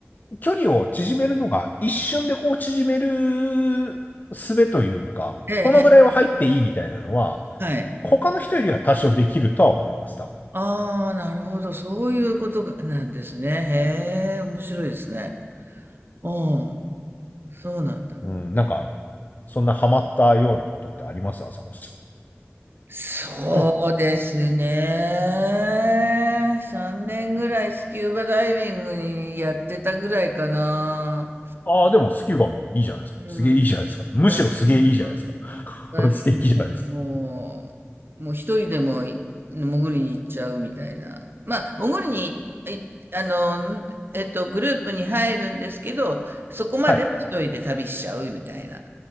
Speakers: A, on the left; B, on the right.
A: 距離を縮めるのが一瞬でこう縮める術というか、
B: ええ、
A: このぐらいは入っていいみたいなのは、
B: ええ、はい。
A: 他の人よりは多少できるとは思います、多分
B: ああ、なるほど。そういうことがなんですね。へえ、面白いですね。うん。そうなんだ。
A: うん、なんか、そんなハマったようなことってあります朝子さ
B: そうですね。
A: ん。うん
B: 3年ぐらいスキューバダイビングにやってたぐらいかな。
A: ああ、でもスキューバもいいじゃないですか。
B: うん。
A: すげえいいじゃないですか。むしろすげえいいじゃないですか。
B: ダイビング、
A: <laughs>
B: ダイビングにもう、
A: 素敵じゃないですか。
B: もう一人でもい潜りに行っちゃうみたいな。まあ、潜りに、いあの、えっと、グループに入るんですけど、そこまでは一人で旅しちゃうみたいな
A: はい。